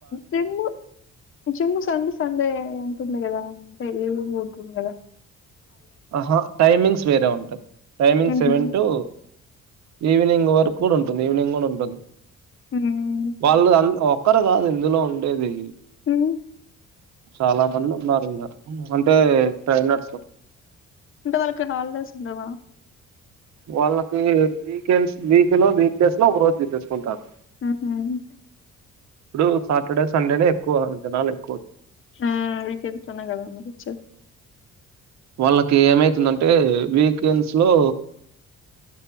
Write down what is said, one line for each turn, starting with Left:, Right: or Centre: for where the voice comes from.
Left: gym gym Sunday Sunday ఉంటుంది కదా. ఈవెనింగ్ ఉంటుంది గదా
Right: ఆహా టైమింగ్స్ వేరే ఉంటది, టైమింగ్
Left: ఉహు
Right: సెవెన్ టు ఈవినింగ్ వరకు గుడ ఉంటుంది ఈవినింగ్ గుడ ఉంటుంది,
Left: ఉమ్
Right: వాళ్ళు అన్ ఒక్కరు కాదు ఇందులో ఉండేది.
Left: ఉమ్
Right: చాలా మంది ఉన్నారు ఇలా, అంటే ట్రైనర్స్
Left: అంటే వాళ్ళకి హాలిడేస్ లేవా?
Right: వాళ్ళకి వీకెండ్స్ వీక్ లో వీక్ డేస్ లో ఒక రోజు తీసేసుకుంటారు.
Left: ఉహు ఉమ్
Right: ఇప్పుడు సాటర్డే సండేనే ఎక్కువ, జనాలు ఎక్
Left: ఉమ్ మీకు ఇష్టమే కదా అచ్
Right: వాళ్ళకి ఏమైతుందంటే వీకెండ్స్ లో